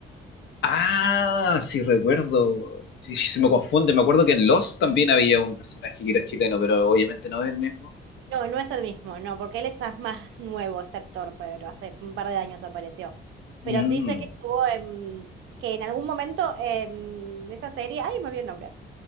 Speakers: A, on the left (about 65°); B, on the right (about 80°).
A: Ah, sí recuerdo. Sí, sí, se me confunde. Me acuerdo que en Lost también había un personaje que era chileno, pero obviamente no es el mismo.
B: No, no es el mismo, no, porque él es más nuevo, este actor, Pedro, hace un par de años apareció. Pero
A: Mm,
B: sí sé que estuvo en, que en algún momento en esta serie, ay, me olvidé el nombre,